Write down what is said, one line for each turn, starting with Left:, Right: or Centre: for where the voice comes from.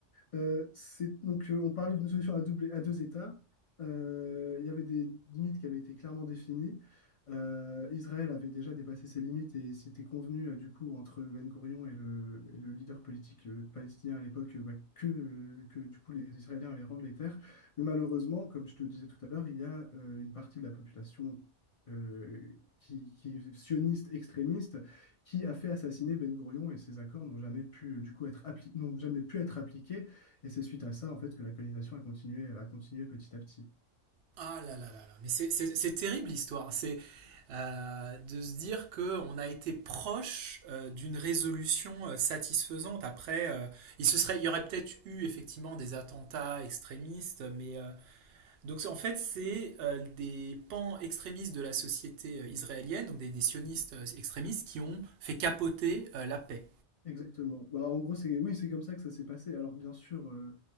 Left: Euh, c'est, donc, euh, on parlait d'une solution à, double, à deux États. Euh, il y avait des limites qui avaient été clairement définies. Euh, Israël avait déjà dépassé ses limites et c'était convenu, euh, du coup, entre Ben Gourion et le, et le leader politique euh, palestinien à l'époque, euh, bah, que, euh, que, du coup, les Israéliens allaient rendre les terres. Mais malheureusement, comme je te disais tout à l'heure, il y a euh, une partie de la population euh, qui, qui est sioniste, extrémiste, qui a fait assassiner Ben Gourion et ses accords n'ont jamais pu, euh, du coup, être appli- n'ont jamais pu être appliqués. Et c'est suite à ça, en fait, que la colonisation a continué, a continué petit à petit.
Right: Ah là là là là, mais c'est c'est- c'est terrible l'histoire. C'est euh, de se dire que on a été proche euh, d'une résolution euh, satisfaisante. Après, euh, il se serait, il y aurait peut-être eu effectivement des attentats extrémistes, mais euh, donc c'est- en fait c'est euh, des pans extrémistes de la société euh, israélienne, donc des, des sionistes euh, extrémistes qui ont fait capoter euh, la paix.
Left: Exactement. Bah, en gros, c'est, oui, c'est comme ça que ça s'est passé. Alors, bien sûr, euh,